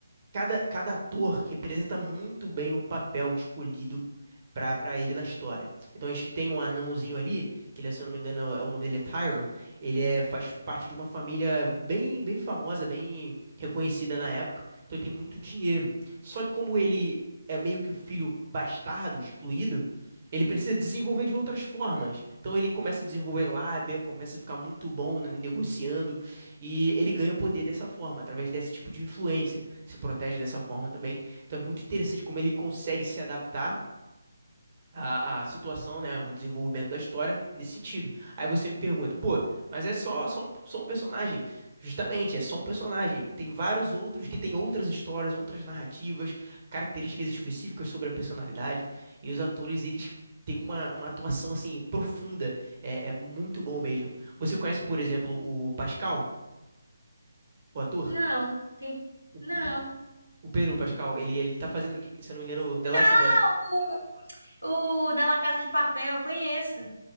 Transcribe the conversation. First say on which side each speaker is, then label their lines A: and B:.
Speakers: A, on the right; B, on the right.
A: cada, cada ator representa muito bem o papel escolhido pra, pra ele na história. Então a gente tem um anãozinho ali, que ele, se eu não me engano, é- o nome dele é Tyrion. Ele é, faz parte de uma família bem, bem famosa, bem reconhecida na época. Então ele tem muito dinheiro. Só que como ele é meio que o filho bastardo, excluído, ele precisa desenvolver de outras formas. Então ele começa a desenvolver lábia, começa a ficar muito bom né, negociando e ele ganha o poder dessa forma, através desse tipo de influência. Se protege dessa forma também. Então é muito interessante como ele consegue se adaptar a, a situação, né, o desenvolvimento da história nesse sentido. Aí você me pergunta, pô, mas é só, só um, só um personagem. Justamente, é só um personagem. Tem vários outros que têm outras histórias, outras narrativas, características específicas sobre a personalidade. E os atores, eles têm uma, uma atuação, assim, profunda. É, é muito bom mesmo. Você conhece, por exemplo, o Pascal, o ator?
B: Não, que-
A: O,
B: não.
A: o- o Pedro Pascal, ele, ele tá fazendo, se eu não me engano, The Last
B: Ah,
A: of Us.
B: O, o da La Casa de Papel, eu conheço.